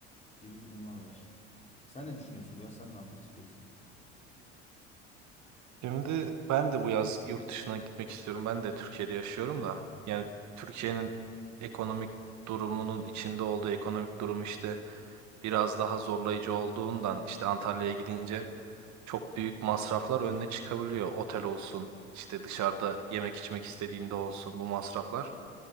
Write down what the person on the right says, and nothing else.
Şimdi ben de bu yaz yurt dışına gitmek istiyorum. Ben de Türkiye'de yaşıyorum da. Yani Türkiye'nin ekonomik durumunun içinde olduğu ekonomik durum işte biraz daha zorlayıcı olduğundan işte Antalya'ya gidince çok büyük masraflar önüne çıkabiliyor. Otel olsun, işte dışarıda yemek içmek istediğinde olsun bu masraflar.